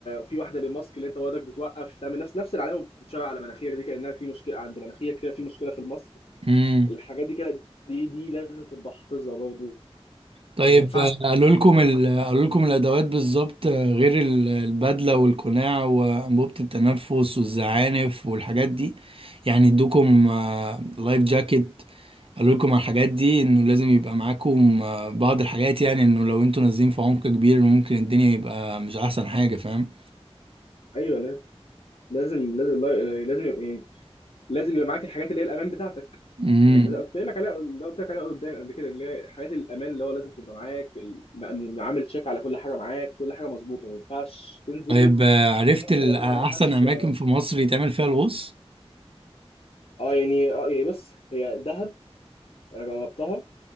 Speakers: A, on the left (about 65°); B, on the right (about 60°).
A: في واحده للماسك اللي انت وضعك بتوقف تعمل نفس نفس العلامه بتشاور على مناخيرك دي كانها في مشكله عند مناخيرك كده في مشكله في الماسك
B: اه
A: الحاجات دي كده دي دي لازم تبقى حافظها برضه
B: طيب
A: ما ينفعش
B: آه، قالوا لكم ال... قالوا لكم الادوات بالظبط آه، غير ال- البدله والقناع وانبوبه التنفس والزعانف والحاجات دي يعني ادوكم آه، لايف جاكيت قالوا لكم على الحاجات دي انه لازم يبقى معاكم آه، بعض الحاجات يعني انه لو انتوا نازلين في عمق كبير ممكن الدنيا يبقى مش احسن حاجه فاهم
A: ايوه لا لازم لازم لازم يعني لازم يبقى معاك الحاجات اللي هي الامان بتاعتك
B: امم
A: ما اللي قلت لك عليها اللي قلت لك عليها قدام قبل كده اللي هي حاجات الامان اللي هو لازم تبقى معاك ال- م- عامل تشيك على كل حاجه معاك كل حاجه مظبوطه ما ينفعش تنزل
B: طيب آه، عرفت ال-
A: هي الماء
B: احسن
A: ما فيهاش
B: اماكن في مصر يتعمل فيها الغوص
A: اه يعني اه يعني بص هي دهب انا جربتها